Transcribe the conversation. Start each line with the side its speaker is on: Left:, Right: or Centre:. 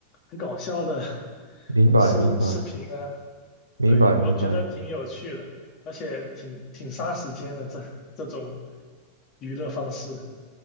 Left: 很搞笑的
Right: 明白明白
Left: <laughs> 视视频啊，
Right: 明白明白。
Left: 对，我觉得挺有趣的，而且挺挺杀时间的这这种娱乐方式。